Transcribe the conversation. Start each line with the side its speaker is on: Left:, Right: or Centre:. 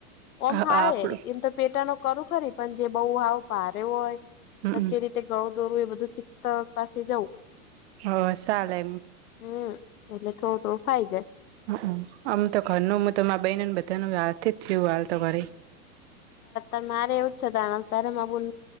Left: ઓમ
Right: હ
Left: ફાવે
Right: આપડું
Left: એમ તો પેટનો. ખું ખરી પણ જે બહુ હાવ પારે હોય
Right: હમમ
Left: કચેરી ગળું દોરું એ બધું શીખતા પાસે જવું
Right: હા ચલે
Left: હમ એટલે થોડું થોડું ફાઈ જાય
Right: હ આમ તો ઘરનું તો બનેને બધાનું હાથ જ થયું હાલ તો ઘરે
Left: અ મારે એવું જ છે ત ત્યારે મા બુન